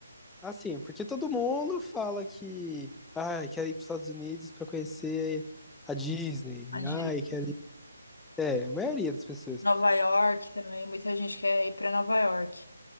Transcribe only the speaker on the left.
A de
Nova York também, muita gente quer ir pra Nova York.